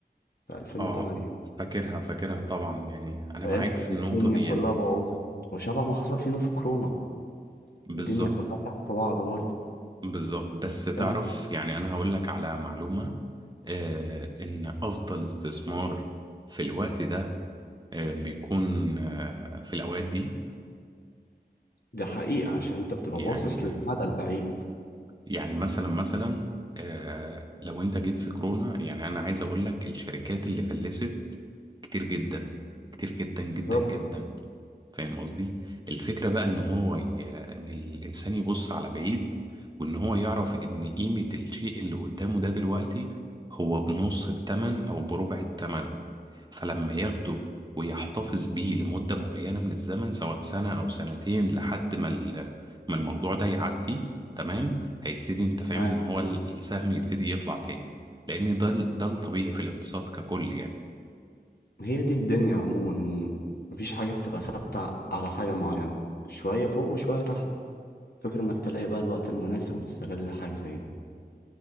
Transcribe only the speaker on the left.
في 2008
فاهم
الدنيا
كلها بوظت وشبه ما حصل فينا في كورونا
الدنيا كلها تحت في بعض برضه
فاهم
دي حقيقة عشان انت بتبقى
باصص للمدى البعيد
بالظبط
ها
هي دي الدنيا عموما ان مفيش حاجة بتبقى ثابتة على حاجة معينة شوية فوق وشوية تحت فكرة انك تلاقي بقى الوقت المناسب وتستغل حاجة زي دي